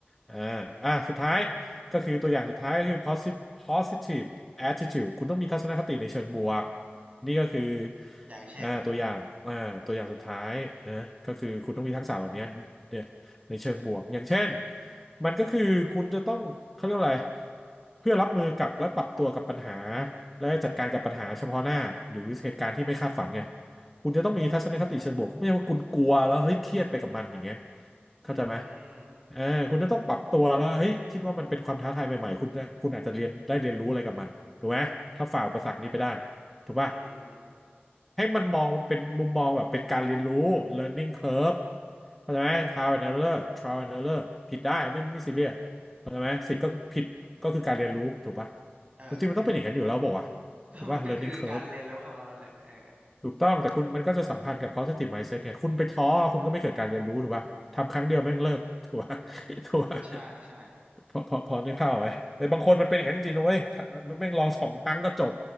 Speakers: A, in the centre; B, on the right.
A: อ่าอ่าสุดท้าย
B: อ่าฮะอ่าฮะ
A: ก็คือตัวอย่างสุดท้ายก็คือ posit- positive attitude คุณต้องมีทัศนคติในเชิงบวกนี่ก็คือ
B: อย่างเช่น
A: อ่าตัวอย่างอ่าตัวอย่างสุดท้ายอ่าก็คือคุณต้องมีทักษะเหล่านี้เนี่ย ในเชิงบวกอย่างเช่นมันก็คือคุณจะต้องเขาเรียกว่าอะไรเพื่อรับมือกับและปรับตัวกับปัญหาและจัดการกับปัญหาเฉพาะหน้าหรือเหตุการณ์ที่ไม่คาดฝันไงคุณจะต้องมีทัศนคติเชิงบวกไม่ใช่ว่าคุณกลัวแล้วเฮ้ยเครียดไปกับมันอย่างเงี้ย
B: อืม
A: เข้าใจไหมเออคุณจะต้องปรับตัวแล้วเฮ้ยคิดว่ามันเป็นความท้าทายใหม่ๆคุณจะคุณอาจจะเรียนได้เรียนรู้อะไรกับมันถูกไหมถ้าฝ่าอุปสรรคนี้ไปได้ ถูกป่ะ
B: อืมอืม
A: ให้มันมองเป็นมุมมองแบบเป็นการเรียนรู้ learning curve เข้าใจไหม trial and error trial and error ผิดได้ไม่ไม่ซีเรียสเข้าใจไหมสิทธิ์ก็ผิดก็คือการเรียนรู้ถูกป่ะ
B: เออ <laughs>
A: จริงๆมันต้องเป็นอย่างนั้นอยู่แล้วบอกว่าวะถูกป่ะ
B: ก็มันก็คือการเรียนรู้ของเรานั่นแหละเออ
A: learning curve ถูกต้องแต่คุณมันก็จะสัมพันธ์กับ positive mindset เนี่ยคุณไปท้อคุณก็ไม่เกิดการเรียนรู้ถูกป่ะทำครั้งเดียวแม่งเลิก <laughs> ถูกป่ะถูกป่ะ
B: ใช่ใช่
A: พอพอพอนึกภาพออกไหมแต่บางคนมันเป็นอย่างนั้นจริงๆนะเว้ยถ้ามันแม่งลองสองครั้งก็จบ